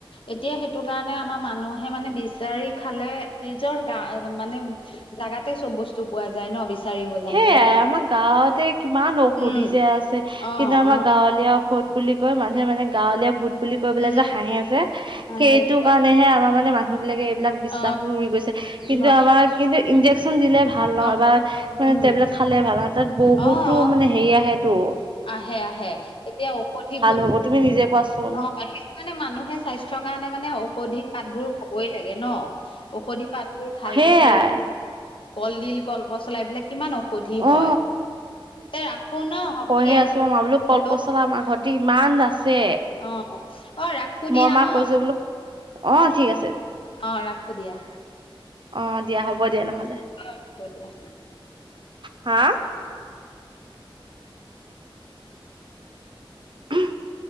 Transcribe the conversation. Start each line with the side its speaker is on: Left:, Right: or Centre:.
Left: এতিয়া সেইটো কাৰণে আমাৰ মানুহে মানে বিচাৰি খালে নিজৰ গা মানে জাগাতে চব বস্তু পোৱা যায় ন বিচাৰিব জানিলে
Right: সেয়াই আমাৰ গাঁৱতে কিমান ঔষুধি
Left: উম
Right: যে আছে
Left: অ
Right: কিন্তু আমাৰ
Left: অ
Right: গাঁৱলীয়া ভূত বুলি কয় মানুহে মানে গাঁৱলীয়া ভূত বুলি কৈ পেলাই
Left: উম
Right: যে হাঁহে
Left: উম
Right: যে সেইটো
Left: সেই
Right: কাৰণেহে আমাৰ মানে মানুহ বিলাকে এইবিলাক বিশ্বাসবোৰ
Left: অ',
Right: উৰি গৈছে কিন্তু
Left: ন
Right: আমাৰ কিন্তু ইনজেকশ্যন দিলে ভাল নহয়
Left: অ',
Right: বা
Left: উম,
Right: মানে টেবলেট খালে ভাল নহয় তাত বহুতো
Left: অ',
Right: মানে হেৰি আহে টো
Left: আহে আহে এতিয়া ঔষধি গুণ
Right: হ'ব তুমি নিজে কোৱাচোন
Left: অ আহে মানে মানুহে স্বাস্থ্যৰ কাৰণে মানে ঔষধি পাতবোৰ খাবই লাগে ন ঔষধি পাতবোৰ খালেহে
Right: সেয়াই
Left: এতিয়া কলডিল কল পচলা এইবিলাক কিমান ঔষধি
Right: অ
Left: হয় তে ৰাখো ন হ'ব দিয়া
Right: হে আছো অ মই বোলো কলপচলা
Left: হেল্ল'
Right: আমাৰ ঘৰতি ইমান আছে ছে
Left: অ', অ', ৰাখো দিয়া
Right: মই মাক
Left: ন?
Right: কৈছো বোলো অ ঠিক আছে
Left: অ ৰাখো দিয়া
Right: অহ দিয়া হ'ব দিয়া নহ'লে
Left: এ হ'ব দিয়া
Right: হা <unintelligible>